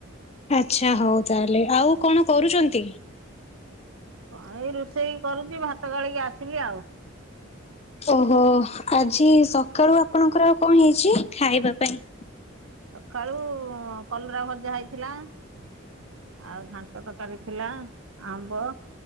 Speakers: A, on the left (about 30°); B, on the right (about 85°).
A: ଆଛା ହଉ ତା ହେଲେ ଆଉ କଣ କରୁଛନ୍ତି?
B: କଣ ଏଇ ରୋଷେଇ କରୁଛି ଭାତ ଗାଳିକି ଆସିଲି ଆଉ।
A: ଓହୋ ଆଜି ସକାଳୁ ଆପଣଙ୍କର ଆଉ କଣ ହେଇଛି ଖାଇବା ପାଇଁ?
B: ସକାଳୁ କଲରା ଭଜା ହେଇଥିଲା। ଆଉ ଘାଣ୍ଟ ତରକାରି ଥିଲା ଆମ୍ବ।